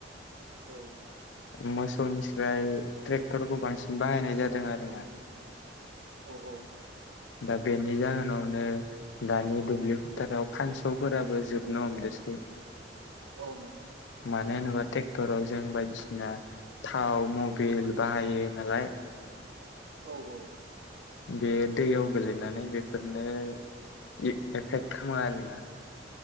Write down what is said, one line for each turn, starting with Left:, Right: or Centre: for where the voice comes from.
Right: औ।
Left: मोसौनिस्राय ट्रेक्टरखौ बांसिन बाहायनाय जादों आरोना।
Right: औ औ।
Left: दा बेनि जाहोनावनो दानि दुब्लि फोथाराव फानसौफोराबो जोबनो हमदोसै।
Right: औ नंगौ।
Left: मानो होनोबा ट्रेक्टराव जों बायदिसिना थाव मबिल बाहायो नालाय।
Right: औ औ।
Left: बे दैयाव गोलैनानै बेफोरनो ए-एफेक्ट खामो आरोना।